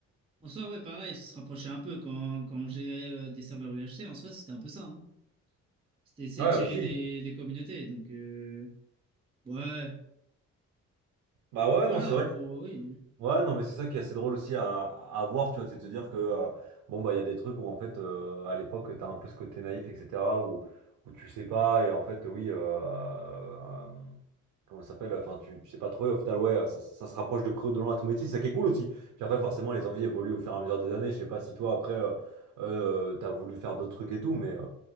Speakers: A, on the right; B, on the right.
A: En soi, ouais, pareil, ça se rapprochait un peu quand, quand on gérait euh, des serveurs UHC, en soi, c'était un peu ça. hein. C'était essayer
B: Ouais,
A: de gérer
B: aussi.
A: des, des communautés, donc euh, ouais,
B: Bah, ouais,
A: voilà,
B: non, c'est vrai.
A: en gros, oui.
B: Ouais, non, mais c'est ça qui est assez drôle aussi à, à voir, tu vois, c'est de te dire que, euh, bon, bah, il y a des trucs où, en fait, euh, à l'époque, t'as un peu ce côté naïf, etc., où, où tu sais pas, et en fait, oui, euh, euh, comment ça s'appelle, enfin, tu, tu sais pas trop, et au final, ouais, ça, ça se rapproche de près ou de loin à ton métier, c'est ça qui est cool aussi. Puis après, forcément, les envies évoluent au fur et à mesure des années, je sais pas si toi, après, euh, euh, t'as voulu faire d'autres trucs et tout, mais, euh,